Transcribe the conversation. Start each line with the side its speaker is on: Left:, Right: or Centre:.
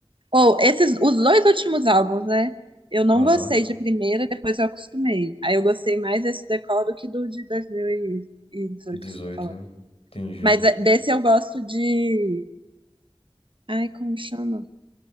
Right: Ou esses, os dois últimos álbuns, né? Eu não
Left: Aham,
Right: gostei de primeira, depois eu acostumei. Aí eu gostei mais desse Decol do que do de 2018
Left: 18,
Right: que você tá falando.
Left: né? Entendi.
Right: Mas é, desse eu gosto de. Ai, como chama?